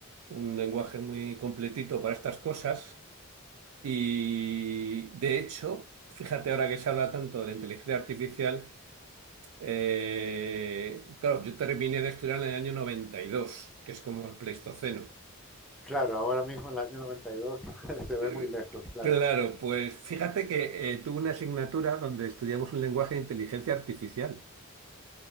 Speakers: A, on the right (about 80°); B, in the centre.
A: un lenguaje muy completito para estas cosas. Y de hecho, fíjate ahora que se habla tanto de la inteligencia artificial, eh, claro, yo terminé de estudiar en el año 92 que es como el Pleistoceno.
B: Claro, ahora mismo en el año 92 <laughs> se ve
A: Eh,
B: muy lejos, claro.
A: Claro, pues fíjate que eh, tuve una asignatura donde estudiamos un lenguaje de inteligencia artificial.